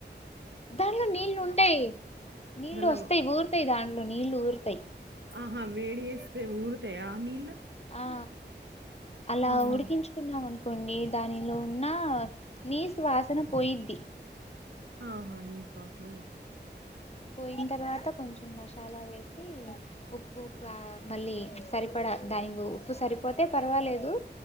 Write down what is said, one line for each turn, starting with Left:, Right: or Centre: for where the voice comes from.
Left: దాంట్లో నీళ్ళు ఉంటయ్ నీళ్లు
Right: దల్ల
Left: వస్తాయ్ ఊరుతాయ్ దాంట్లో నీళ్ళు ఊర్తయ్
Right: ఆహా వేడిఏస్తే ఊర్తయ నీల్లు
Left: ఆ అలా
Right: ఆహా!
Left: ఉడికించుకున్నామను కోండి దానిలో ఉన్నా నీస్ వాసన పోయిద్ది
Right: ఆహా నీస్ వాసన వోతు
Left: పోయిన తర్వాత కొంచెం మషాలా వేసీ ఉప్పు కా మళ్ళీ సరిపడ దానికు ఉప్పు సరిపోతే పర్వాలేదు